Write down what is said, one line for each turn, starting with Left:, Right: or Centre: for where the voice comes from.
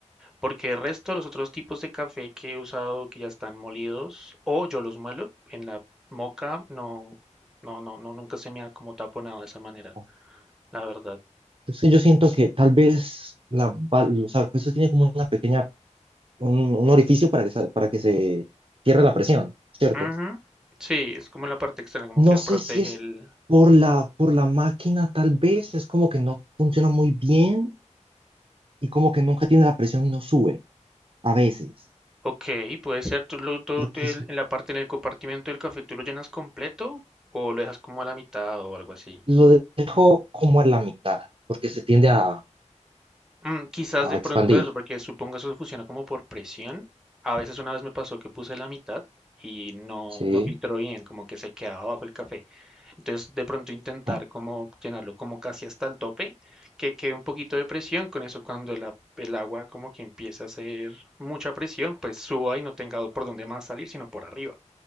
Centre: porque el resto de los otros tipos de café que he usado, que ya están molidos, o yo los muelo en la moca, no, no, no, no, nunca se me ha como taponado de esa manera,
Right: ok.
Centre: la verdad.
Right: Entonces yo siento que tal vez la, val- o sea, eso tiene como una pequeña, un, un orificio para que, sa- para que se cierre la presión, ¿cierto?
Centre: Ujú. Sí, es como la parte externa, como que
Right: No
Centre: protege
Right: sé si es
Centre: el...
Right: por la, por la máquina, tal vez es como que no funciona muy bien y como que nunca tiene la presión y no sube a veces.
Centre: Ok, puede ser, tú, lo, tú
Right: Porque
Centre: te-
Right: es
Centre: en la parte, en el compartimiento del café, ¿tú lo llenas completo o lo dejas como a la mitad o algo así?
Right: Lo dejo como en la mitad, porque se tiende a,
Centre: Mm, quizás
Right: a
Centre: de
Right: expandir,
Centre: pronto eso, porque supongo eso funciona como por presión. A veces una vez me pasó que puse la mitad y no,
Right: ¿sí?
Centre: no filtró bien, como que se quedaba bajo el café. Entonces de pronto intentar
Right: Como,
Centre: como llenarlo como casi hasta el tope, que quede un poquito de presión, con eso cuando la- el agua como que empiece a hacer mucha presión, pues suba y no tenga por dónde más salir, sino por arriba.